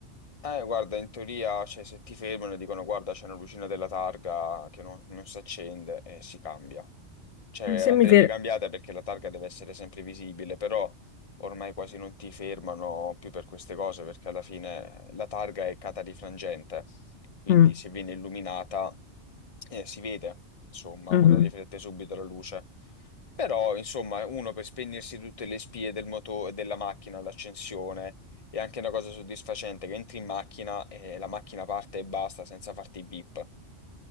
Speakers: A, on the left; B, on the left.
A: eh, guarda, in teoria, cioè, se ti fermano e dicono guarda, c'è una lucina della targa che non, non si accende e si cambia. cioè,
B: Eh,
A: andrebbe
B: Se mi fer-
A: cambiata perché la targa deve essere sempre visibile, però ormai quasi non ti fermano più per queste cose perché alla fine la targa è catarifrangente, quindi
B: Mm,
A: se viene illuminata eh, si vede, insomma,
B: mhm.
A: quella riflette subito la luce. Però, insomma, uno per spegnersi tutte le spie del moto- della macchina all'accensione è anche una cosa soddisfacente che entri in macchina e la macchina parte e basta senza farti i beep.